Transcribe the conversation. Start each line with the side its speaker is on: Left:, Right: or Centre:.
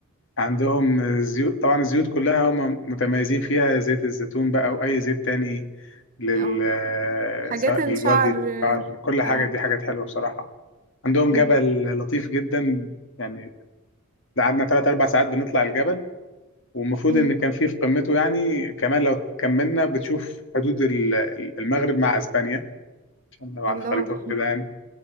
Left: عندهم زيوت طبعا الزيوت كلها هم متميزين فيها زيت الزيتون بقى او اي زيت تاني لل
Right: اه حاجات
Left: سواء
Right: الشعر
Left: للبادي للشعر كل حاجة
Right: اه
Left: دي حاجات حلوة بصراحة عندهم
Right: مم.
Left: جبل لطيف جدا يعني قعدنا ثلاث اربع ساعات بنطلع الجبل والمفروض
Right: مم.
Left: ان كان في في قمته يعني كمان لو كملنا بتشوف حدود ال- ال- المغرب مع اسبانيا عشان لو على
Right: الله
Left: الخريطه وكده يعني